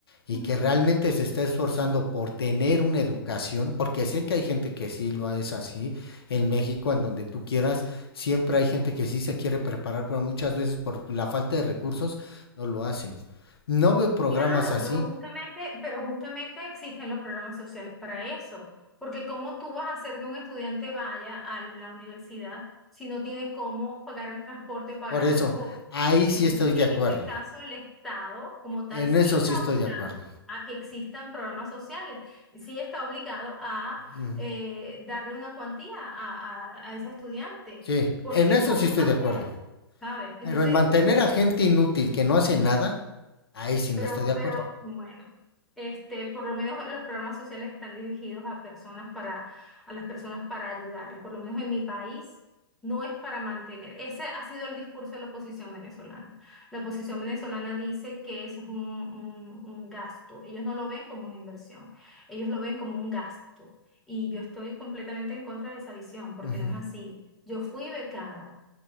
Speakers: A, on the left; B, in the centre.
A: y
B: Ujú.
A: que realmente se está esforzando por tener una educación, porque sé que hay gente que sí lo es así en México, en donde tú quieras, siempre hay gente que sí se quiere preparar, pero muchas veces por la falta de recursos no lo hacen. No veo programas
B: Claro,
A: así,
B: pero justamente, pero justamente existen los programas sociales para eso, porque cómo tú vas a hacer que un estudiante vaya a la universidad si no tiene cómo pagar el transporte o pagar
A: por eso
B: las copias.
A: ahí sí
B: Entonces,
A: estoy de
B: en
A: acuerdo.
B: ese caso, el Estado como tal
A: En
B: sí
A: eso
B: está
A: sí estoy
B: obligado
A: de acuerdo.
B: a que existan programas sociales, y sí está obligado a
A: Ujú.
B: eh, darle una cuantía a, a a ese estudiante,
A: Sí,
B: porque
A: en eso
B: ¿cómo
A: sí estoy
B: va
A: de acuerdo.
B: a ser? ¿Sabes? Entonces,
A: Pero en mantener
B: los
A: a gente inútil que no hace nada, ahí sí no
B: Pero,
A: estoy de acuerdo.
B: pero bueno, este, por lo menos los programas sociales están dirigidos a personas para, a las personas para ayudarlas. Por lo menos en mi país no es para mantener. Ese ha sido el discurso de la oposición venezolana. La oposición venezolana dice que eso es un, un- un gasto. Ellos no lo ven como una inversión, ellos lo ven como un gasto. Y yo estoy completamente en contra de esa visión, porque
A: Ujú.
B: no es así. Yo fui becada.